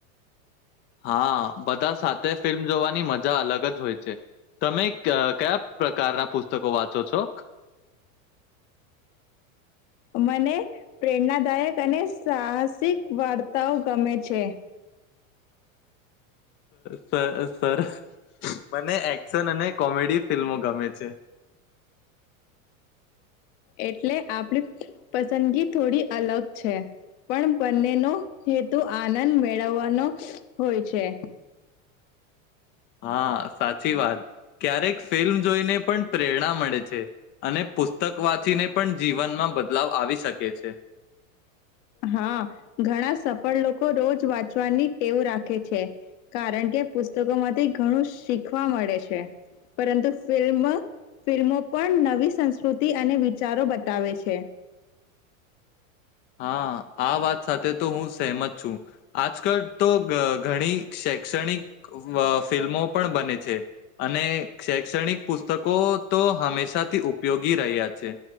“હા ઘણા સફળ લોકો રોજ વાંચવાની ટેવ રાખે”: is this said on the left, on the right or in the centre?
Left